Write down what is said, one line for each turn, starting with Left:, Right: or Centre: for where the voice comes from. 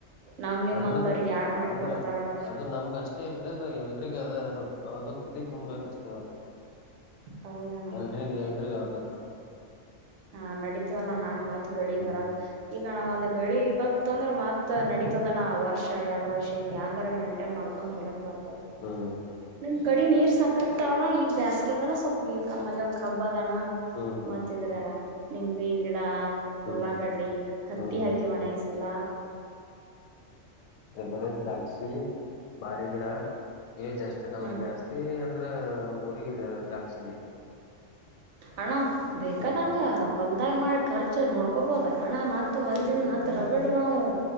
Right: ನಮ್ ನಿಮ್ಮಂತವ್ರ
Left: ಅಂದ್ರದು
Right: ಯಾರ್ ಮಾಡ್ಕೊಡ್ತಾರಣ
Left: ಅಂದ್ರ ಅದು ನಮ್ಗ ಅಷ್ಟೇ ಇಲ್ರ ಅದು ಎಲ್ರಿಗ ಅದ ಅದು ಹದ ಕೆದ ತುಂಬಬೇಕಷ್ಟೇ ಅವ್ರು
Right: ಹೌದಣ
Left: ಎಲ್ರಿಗ ಎಲ್ರಿಗ ಆಗುತ್ತ
Right: ಹಾ ನಡೀತವ ನಾ ಹಾಂಗ್ ಮಾತ್ ಬೆಳಿ
Left: ಹ್ಮ್
Right: ಬರಕ್ ಈಗ ನಾವ್ ಅಂದ್ರ ಬೆಳಿ ಇವಕ್ ಅಂದ್ರೆ ಮತ್ ನಡೀತದನ ವರ್ಷ ಎರಡ್ ವರ್ಷ ಹಿಂಗ್ ಹಂಗರ ಮೈಂಟೈನ್ ಮಾಡ್ಕೊಂಡ್ ಹ ಹೊಳಕ್ ಬರ್ತ
Left: ಹ್ಮ್
Right: ನಿಮ್ ಕಡೆ ನೀರ್ ಸಾಕ ಕಟ್ಟತೋಣ ಈಗ ಬೇಸ್ಿಗೆ ಅದಲ್ಲ ಸ್ವಪ್ಪ ನೀರ್ ಕಮ್ಮಆಗೇವ್ ಖಬ್ಬದಣ
Left: ಹ್ಮ್ ಹ್ಮ್ ಹ್ಮ್
Right: ಮತ್ತ ಇದ್ರ ನಿಂಬಿ ಈಗ ಉುಳ್ಳಾಗಡ್ಡಿ
Left: ಹ್ಮ್
Right: ಹತ್ತಿ
Left: ಹ್ಮ್ ಹ್ಮ್
Right: ಹಾಕಿ ವ ಅಣ ಈಸಲ
Left: ಬರ ದ್ರಾಕ್ಷಿ ಬಾರಿ ಗಿಡ ಇವ ಜಾಸ್ತಿ ನಮ್ಮಲ್ಲಿ
Right: ಹ
Left: ಜಾಸ್ತಿ ಅಂದ್ರ ಉರಿಗಿದ ದ್ರಾಕ್ಷಿಣೆ
Right: ಅಣ ಬೇಕದಂಗ
Left: ಹ್ಮ್
Right: ಹೊಲ್ದಾಗ ಮಾಡಿ ಖರ್ಚ ನೋಡ್ಕ ತಕೊಬೋದಲ್ಲ ಅಣ್ಣ ಮತ್ತ ಹೊಲ್ ದನ್ ಮತ್ ರಗಡೆ ನಾವು